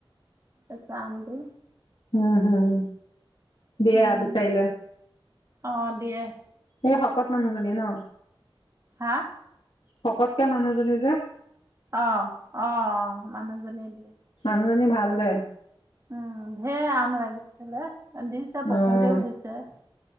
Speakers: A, on the right (about 35°); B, on the left (about 70°).
A: কেঁচা আমটো
B: উম হম দিয়া
A: উম,
B: বিচাৰি দিয়া
A: অ দিয়ে
B: এই শকত মানুহজনী ন
A: হা
B: শকতকে মানুহজনী যে
A: আহ আহ মানুহজনীয়ে দিয়ে
B: মানুহজনী ভাল দে
A: উম ধেৰ আম লাগিছিলে দিছে পকোতেও
B: অ',
A: দিছে